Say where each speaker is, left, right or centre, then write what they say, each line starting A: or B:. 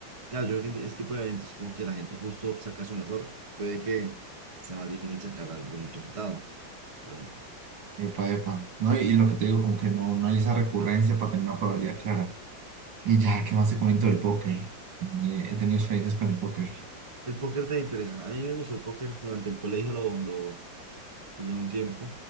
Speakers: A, on the right (about 20°); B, on the right (about 80°).
A: claro, yo creo que en este tipo de eventos como que la gente justo saca su mejor, puede que sea más difícil sacar algún resultado. realmente.
B: Epa, epa. No, y, y lo que te digo, como que no, no hay esa recurrencia para tener una probabilidad clara. Y ya, ¿qué más te comento del póker? Eh, he tenido experiencias con el póker.
A: El póker te interesa. A mí me gustó el póker durante el colegio, lo, lo jugué un tiempo.